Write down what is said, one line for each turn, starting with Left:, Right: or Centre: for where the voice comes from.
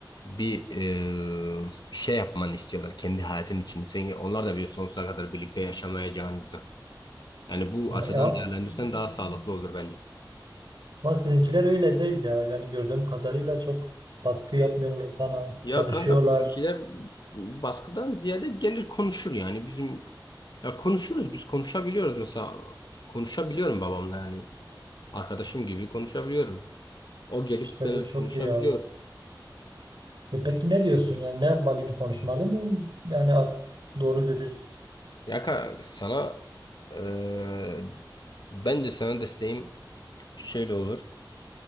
Left: bir e, bir şey yapmanı istiyorlar kendi hayatın için. Sen, onlar da biliyor sonsuza kadar birlikte yaşamayacağınızı. Yani bu açıdan
Right: Ya,
Left: değerlendirsen daha sağlıklı olur bence.
Right: Ama sizinkiler öyle değil ya. Yani gördüğüm kadarıyla çok baskı yapmıyorlar sana.
Left: Ya
Right: Konuşuyorlar.
Left: kanka bizimkiler baskıdan ziyade gelir konuşur yani. Bizim ya konuşuruz biz konuşabiliyoruz mesela. Konuşabiliyorum babamla yani. Arkadaşım gibi konuşabiliyorum. O gelip
Right: İşte
Left: benimle
Right: bu çok
Left: konuşabiliyor.
Right: iyi ya. E peki ne diyorsun? Yani ne yapmalıyım? Konuşmalı mıyım? Yani ar- doğru dürüst.
Left: Ya ka- sana eee bence sana desteğim şöyle olur.